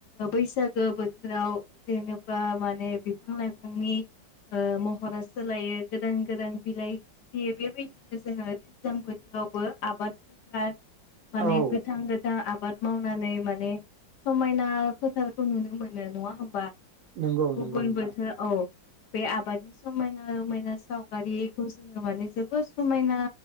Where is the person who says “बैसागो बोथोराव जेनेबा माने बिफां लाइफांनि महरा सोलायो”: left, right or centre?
Left